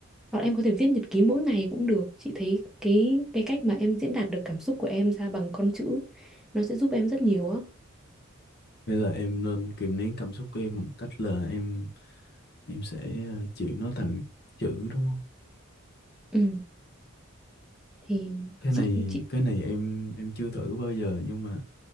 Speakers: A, in the centre; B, on the left.
A: Hoặc là em có thể viết nhật ký mỗi ngày cũng được. Chị thấy cái cái cách mà em diễn đạt được cảm xúc của em ra bằng con chữ nó sẽ giúp em rất nhiều á.
B: bây giờ em nên kìm nén cảm xúc của em bằng cách là em em sẽ ờ, chuyển nó thành chữ đúng không
A: Ừ thì
B: cái
A: chị
B: này
A: chị
B: cái này em em chưa thử bao giờ nhưng mà